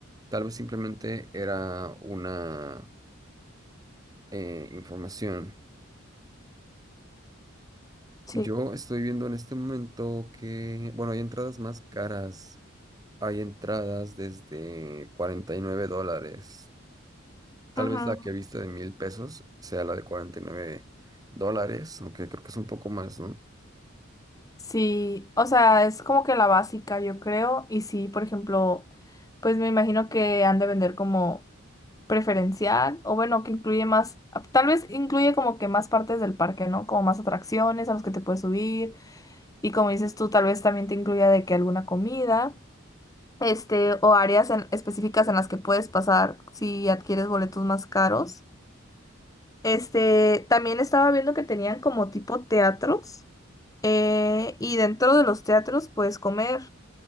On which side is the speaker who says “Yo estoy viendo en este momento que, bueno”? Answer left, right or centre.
Right